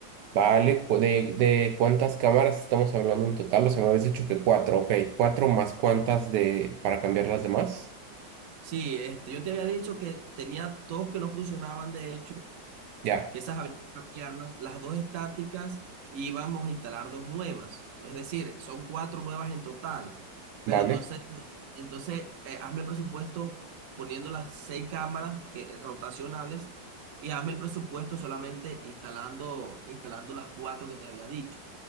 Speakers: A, on the right (about 75°); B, on the right (about 55°).
A: Vale, cu- de, de cuántas cámaras estamos hablando en total, o sea, me habías dicho que cuatro, ok, cuatro más cuántas de, para cambiar las demás,
B: Sí, este, yo te había dicho que tenía dos que no funcionaban, de hecho,
A: ya,
B: Piezas habría que cambiarlas, las dos estáticas y vamos a instalar dos nuevas. Es decir, son cuatro nuevas en total. Pero
A: vale,
B: entonces, entonces eh, hazme el presupuesto poniendo las seis cámaras que, rotacionales y hazme el presupuesto solamente instalando, instalando las cuatro que te había dicho